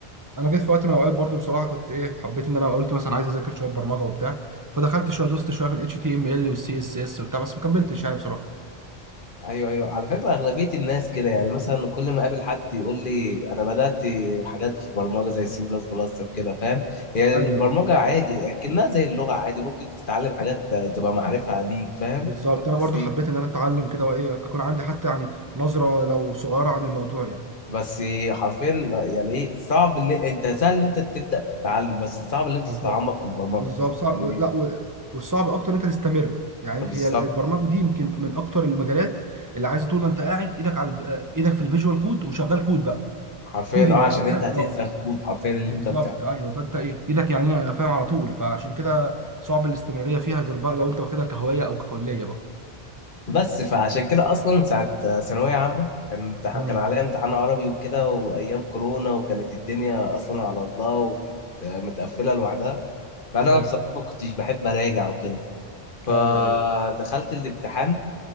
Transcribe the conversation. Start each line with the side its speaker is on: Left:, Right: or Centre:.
Right: انا جيت في وقت من الاوقات برضو بصراحه كنت ايه حبيت ان انا قلت مثلا عايز اذاكر شويه برمجه وبتاع فدخلت شويه دوست شويه في الاتش تي ام ال والسي اس اس وبتاع بس ما كملتش يعني بصراحه
Left: ايوه ايوه على فكره اغلبيه الناس كده يعني مثلا كل ما اقابل حد يقول لي انا بدات حاجات في برمجه زي سي بلس بلس وكده فاهم يعني
Right: ايوه
Left: البرمجه
Right: بز-
Left: عادي اكنها زي اللغه عادي ممكن تتعلم حاجات تبقى معرفه ليك فاهم
Right: بالظبط بالظبط انا
Left: بس
Right: برضو حبيت ان انا اتعلم كده وايه اكون عندي حتى يعني نظره لو صغيره عن الموضوع يعني
Left: بس حرفيا يعني ايه صعب اللي انت سهل ان انت تبدا في التعلم بس صعب ان انت
Right: بالظبط
Left: تتعمق في البرمجه
Right: بالظبط صعب
Left: إن-
Right: لا و... والصعب اكتر ان انت تستمر يعني انت
Left: بالظبط
Right: هي البرمجه دي يمكن من اكتر المجالات اللي عايزه طول ما انت قاعد ايدك على الف- ايدك في الفيجوال كود وشغال كود بقى
Left: حرفيا
Right: كودنج
Left: اه عشان
Right: بقى
Left: انت
Right: فاهم
Left: هتنسى
Right: اه
Left: الكود حرفيا اللي
Right: بالظبط
Left: انت بتاعه
Right: ايوه فانت ايه ايدك يعني فاهم على طول فعشان كده صعب الاستمراريه فيها غير بقى لو انت واخدها كهوايه او ككليه بقى
Left: بس فعشان كده اصلا ساعه ثانويه عامه كان امتحان
Right: مم.
Left: كان عليا امتحان عربي وكده وايام كورونا وكانت الدنيا اصلا على الله ومتقفله لوحدها فانا
Right: ايوه
Left: بصراحه ما كنتش بحب اراجع وكده فدخلت
Right: ايوه ايوه
Left: الامتحان